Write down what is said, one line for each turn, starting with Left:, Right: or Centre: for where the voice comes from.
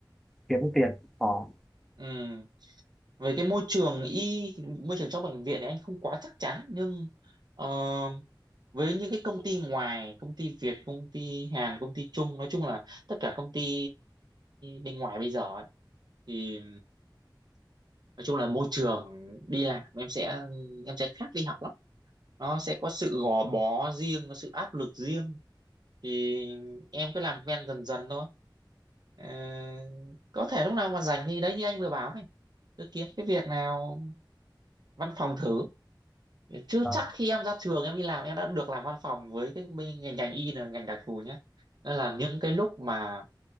Centre: kiếm được tiền khó
Right: ừ về cái môi trường y môi trường trong bệnh viện thì anh không quá chắc chắn nhưng ờ, với những cái công ty ngoài công ty Việt công ty Hàn công ty Trung nói chung là tất cả công ty bên ngoài bây giờ ấy, thì nói chung là môi trường đi làm em sẽ em sẽ khác đi học lắm nó sẽ có sự gò bó riêng có sự áp lực riêng thì em cứ làm quen dần dần thôi Ờ, có thể lúc nào mà rảnh thì đấy như anh vừa bảo này cứ kiếm cái việc nào văn phòng thử chứ
Centre: Ờ,
Right: chắc khi em ra trường em đi làm em đã được làm văn phòng với cái bên ngành ngành y là ngành đặc thù nhé nên là những cái lúc mà